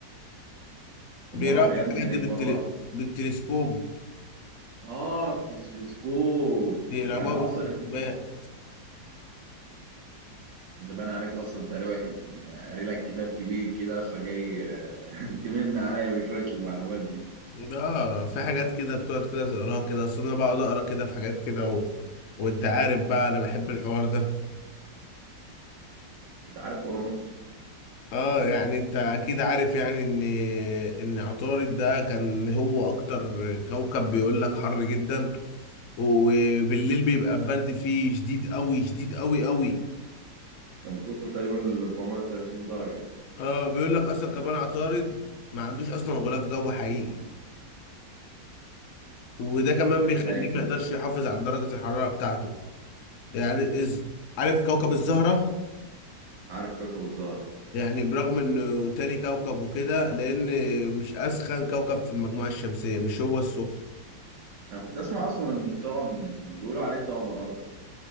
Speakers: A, on the left; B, on the right.
A: بيراقبوا
B: هم راحوا يا
A: الحاجات
B: ابني هناك
A: دي بالتل...
B: بره
A: بالتلسكوب
B: اه التلسكوب
A: بيراقبوها
B: يعني
A: بالتلسكوبات
B: اصلا الدنيا انت باين عليك اصلا تقريبا كان- قاري لك كتاب كبير كده فجاي آه، <laughs> تمن عليا بشويه المعلومات دي
A: ده في حاجات كده بتقعد كده تقراها كده اصل انا بقعد اقرا كده في حاجات كده و... وانت عارف بقى انا بحب الحوار ده
B: انت عارف اورانوس
A: اه يعني انت اكيد عارف يعني ان ان عطارد ده كان هو اكتر كوكب بيقول لك حر جدا وبالليل بيبقى البرد فيه شديد قوي شديد قوي قوي
B: كانت بتوصل تقريبا ل 430 درجة
A: اه بيقول لك اصلا كمان عطارد ما عندوش اصلا غلاف جو حقيقي وده كمان
B: ده
A: بيخليه
B: ازاي كان
A: ما يقدرش يحافظ على درجة الحرارة بتاعته يعني إز... عارف كوكب الزهرة
B: عارف كاكا وزهرة
A: يعني برغم انه تاني كوكب وكده لان مش اسخن كوكب في المجموعة الشمسية مش هو السخن
B: انا كنت اه اسمع اصلا ان الطقم بيقولوا عليه طقم الارض